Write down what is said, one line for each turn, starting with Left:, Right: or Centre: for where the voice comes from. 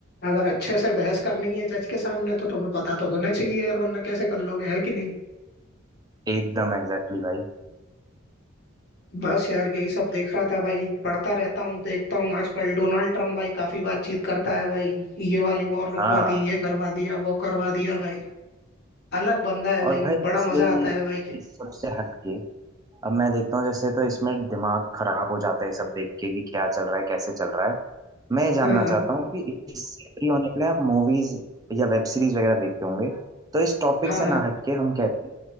Left: अगर अच्छे से बहस करनी है जज के सामने तो तुम्हें पता तो होना चाहिए यार वरना कैसे कर लोगे है कि नहीं
Right: एकदम एग्जैक्टली भाई
Left: बस यार यही सब देख रहा था भाई पढ़ता रहता हूँ देखता हूँ आजकल डोनाल्ड ट्रम्प भाई काफी बातचीत करता है भाई ये वाली वॉर रुकवा
Right: हाँ
Left: दी ये करवा दिया वो करवा दिया भाई अलग बंदा है भाई
Right: और भाई
Left: बड़ा
Right: ऐसे
Left: मजा आता
Right: ये
Left: है भाई
Right: इस सबसे हटके अब मैं देखता हूँ जैसे तो इसमें दिमाग खराब हो जाता है ये सब देख के कि क्या चल रहा है कैसे चल रहा है मैं जानना
Left: <laughs>
Right: चाहता हूँ कि इससे फ्री होने के लिए आप मूवीज या वेब सीरीज वगैरह देखते होंगे तो इस टॉपिक
Left: हाँ
Right: से ना
Left: हाँ
Right: हटके हम कहते हैं